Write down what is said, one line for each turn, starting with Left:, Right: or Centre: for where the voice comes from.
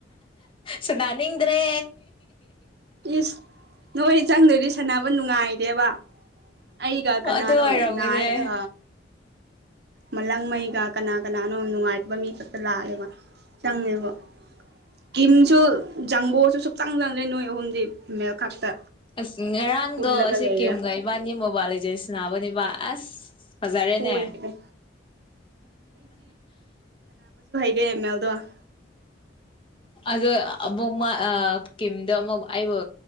Left: ꯁꯅꯥꯅꯤꯡꯗ꯭ꯔꯦ
Right: ꯏꯁ ꯅꯣꯏ ꯆꯪꯗ꯭ꯔꯗꯤ ꯁꯥꯟꯅꯕ ꯅꯨꯡꯉꯥꯏꯇꯦꯕ ꯑꯩꯒ ꯀꯅꯅꯣ
Left: ꯑꯗꯨ ꯑꯣꯏꯔꯝꯒꯅꯦ
Right: ꯅꯥꯏꯒ ꯃꯂꯪꯃꯩꯒ ꯀꯅꯥ ꯀꯅꯥꯅꯣ ꯅꯨꯡꯉꯥꯏꯇꯕ ꯃꯤ ꯈꯛꯇ ꯂꯥꯛꯑꯦꯕ ꯆꯪꯉꯦꯕꯣ ꯀꯤꯝꯁꯨ ꯖꯪꯕꯣꯁꯨ ꯁꯨꯛ ꯆꯪꯗꯕꯅꯦ ꯅꯣꯏ ꯑꯍꯨꯝꯗꯤ ꯃꯦꯜ ꯈꯛꯇ
Left: ꯑꯁ ꯉꯔꯥꯡꯗꯣ
Right: ꯄꯨꯜꯂꯒ
Left: ꯁꯤꯀꯤꯝꯒ
Right: ꯂꯩꯔꯦ
Left: ꯏꯕꯥꯅꯤ ꯃꯣꯕꯥꯏꯜ ꯂꯤꯖꯦꯟ ꯁꯅꯕꯅꯦꯕ ꯑꯁ ꯐꯖꯔꯦꯅꯦ
Right: ꯁꯣꯏꯗ꯭ꯔꯦ ꯒꯦꯃꯦꯜꯗꯣ
Left: ꯑꯗꯣ ꯑꯃꯨꯛ ꯃꯥ ꯑ ꯀꯤꯝꯗꯣ ꯑꯃꯨꯛ ꯑꯩꯕꯨ